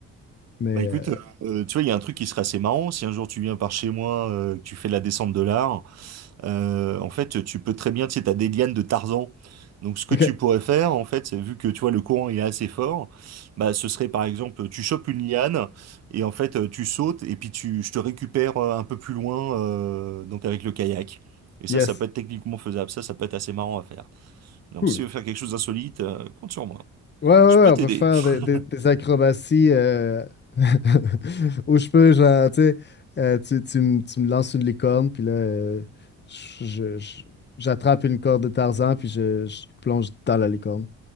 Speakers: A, on the left; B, on the right.
A: Mais.
B: Bah écoute,
A: euh,
B: euh, tu vois, il y a un truc qui serait assez marrant, si un jour tu viens par chez moi, euh, que tu fais la descente de l'art, Euh, en fait, tu peux très bien, tu sais, t'as des lianes de Tarzan. Donc, ce que
A: OK.
B: tu pourrais faire, en fait, c'est- vu que tu vois le courant il est assez fort, bah, ce serait par exemple, tu chopes une liane et en fait, euh, tu sautes et puis tu, je te récupère euh, un peu plus loin, euh, donc avec le kayak. Et
A: Yes.
B: ça, ça peut être techniquement faisable. Ça, ça peut être assez marrant à faire. Donc,
A: Cool.
B: si tu veux faire quelque chose d'insolite, euh, compte sur moi.
A: Ouais, ouais, ouais,
B: Je peux
A: on
B: t'aider.
A: peut faire
B: <laughs>
A: des, des- des acrobaties euh, <laughs> où je peux genre, tu sais, euh, tu, tu me tu me lances une licorne, puis là, euh, je- je- je- j'attrape une corde de Tarzan, puis je, je plonge dans la licorne.